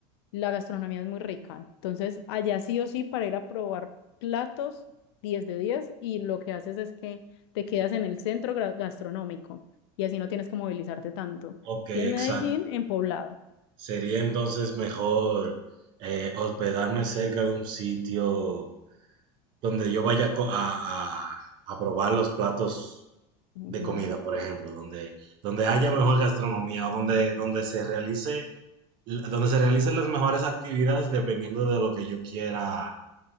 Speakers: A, on the left; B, on the right.
A: La gastronomía es muy rica. Entonces, allá sí o sí, para ir a probar platos, diez de diez y lo que haces es que te quedas en el centro gra- gastronómico y así no tienes que movilizarte tanto.
B: ok,
A: Y en
B: exacto.
A: Medellín, en Poblado.
B: Sería entonces mejor eh, hospedarme cerca de un sitio donde yo vaya co- a, a- a probar los platos
A: Ujú.
B: de comida, por ejemplo, donde, donde haya mejor gastronomía o donde, donde se realice, donde se realicen las mejores actividades dependiendo de lo que yo quiera